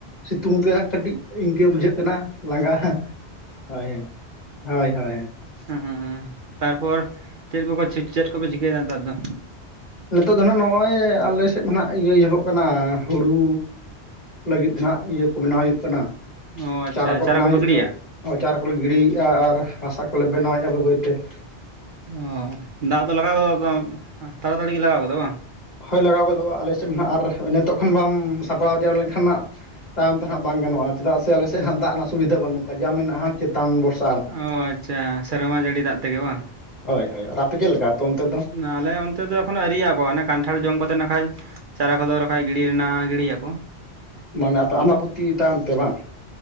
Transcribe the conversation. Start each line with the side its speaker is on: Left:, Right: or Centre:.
Left: ᱥᱤᱛᱩᱝ ᱛᱮ ᱦᱟᱸᱜ ᱠᱟᱹᱴᱤᱡ ᱤᱱᱠᱟᱹ ᱵᱩᱡᱷᱟᱹᱜ ᱠᱟᱱᱟ ᱞᱟᱸᱜᱟ ᱦᱳᱭ, ᱦᱳᱭ ᱦᱳᱭ ᱦᱳᱭ᱾
Right: ᱦᱩᱸᱻ ᱛᱟᱨᱯᱚᱨ ᱪᱮᱫ ᱠᱚ ᱠᱚ, ᱪᱮᱫ ᱠᱚᱯᱮ ᱪᱤᱠᱟᱹᱭᱫᱟ ᱱᱮᱛᱟᱨ ᱫᱚ?
Left: ᱱᱤᱛᱚᱜ ᱫᱚ ᱱᱟᱜ ᱱᱚᱜ-ᱚᱭ ᱟᱞᱮ ᱥᱮᱫ ᱢᱟ ᱱᱟᱜ ᱤᱭᱟᱹ ᱮᱦᱚᱵᱚᱜ ᱠᱟᱱᱟ ᱦᱩᱲᱩ ᱞᱟᱹᱜᱤᱫ ᱫᱷᱚᱱᱟᱜ ᱤᱭᱟᱹ ᱠᱚ ᱵᱮᱱᱟᱣ ᱦᱩᱭᱩᱜ ᱠᱟᱱᱟ,
Right: ᱚ ᱟᱪᱪᱷᱟ
Left: ᱪᱟᱨᱟ ᱠᱚ ᱵᱮᱱᱟᱣ
Right: ᱠᱚᱯᱮ
Left: ᱦᱩᱭᱩᱜ
Right: ᱜᱤᱰᱤᱭᱟ?
Left: ᱠᱟᱱ ᱪᱟᱨᱟ ᱠᱚᱞᱮ ᱜᱤᱰᱤᱭᱮᱜ-ᱟ, ᱟᱨ ᱦᱟᱥᱟ ᱠᱚᱞᱮ ᱵᱮᱱᱟᱣᱮᱜ-ᱟ ᱵᱟᱹᱭ ᱵᱟᱹᱭᱛᱮ ᱾
Right: ᱚᱻ ᱫᱟᱜ ᱫᱚ ᱞᱟᱜᱟᱣ ᱜᱚᱫᱚᱜ ᱥᱮ ᱵᱟᱜ ᱛᱟᱲᱟᱛᱟᱲᱤ ᱜᱮ ᱞᱟᱜᱟᱣ ᱜᱚᱫᱚᱜ ᱵᱟᱝ ᱾
Left: ᱦᱚᱭ ᱞᱟᱜᱟᱣ ᱜᱚᱫᱚᱜ-ᱟ ᱟᱞᱮ ᱥᱮᱫ ᱱᱟᱜ ᱟᱨ ᱱᱮᱛᱚᱜ ᱠᱷᱚᱱ ᱵᱟᱢ ᱥᱟᱯᱲᱟᱣ ᱡᱟᱣᱟᱨ ᱞᱮᱱᱠᱷᱟᱱ ᱦᱟᱸᱜ ᱾ ᱛᱟᱭᱚᱢ ᱛᱮᱦᱟᱸᱜ ᱵᱟᱝ ᱜᱟᱱᱚᱜ-ᱟ, ᱪᱮᱫᱟᱜ ᱥᱮ ᱟᱞᱮ ᱥᱮᱫ ᱦᱟᱸᱜ ᱫᱟᱜ ᱨᱮᱱᱟᱜ ᱥᱩᱵᱤᱫᱷᱟ ᱵᱟᱹᱱᱩᱜᱼᱠᱟ, ᱡᱟ ᱢᱮᱱᱟᱜ-ᱟ ᱦᱟᱸᱜ ᱪᱮᱛᱟᱱ ᱵᱚᱨᱥᱼᱼ
Right: ᱚ ᱟᱪᱪᱷᱟ, ᱥᱮᱨᱢᱟ ᱡᱟᱹᱲᱤ ᱫᱟᱜ ᱛᱮᱜᱮ ᱵᱟᱝ ᱾
Left: ᱦᱚᱭ ᱦᱚᱭ ᱚᱱᱟ ᱟᱯᱮ ᱪᱮᱫ ᱞᱮᱠᱟ ᱟᱯᱮ ᱚᱱᱛᱮ ᱫᱚ?
Right: ᱟᱞᱮ ᱚᱱᱛᱮ ᱫᱚ ᱮᱠᱷᱚᱱᱳ ᱟ. ᱭᱨᱤᱭᱟᱜ ᱟᱠᱚ, ᱚᱱᱮ ᱠᱟᱱᱴᱷᱟᱲ ᱡᱚᱢ ᱠᱟᱛᱮ ᱱᱟᱜ ᱠᱷᱟᱡ ᱾ ᱪᱟᱨᱟ ᱠᱚᱫᱚ ᱨᱟᱠᱷᱟᱡ ᱜᱤᱲᱤ ᱨᱮᱱᱟᱜ ᱜᱤᱲᱤᱭᱟᱠᱚ ᱾
Left: ᱢᱟᱱᱮ ᱟᱯᱮ ᱟᱢᱵᱟᱵᱩᱛᱤ ᱛᱟᱭᱚᱢ ᱛᱮ ᱵᱟᱝ?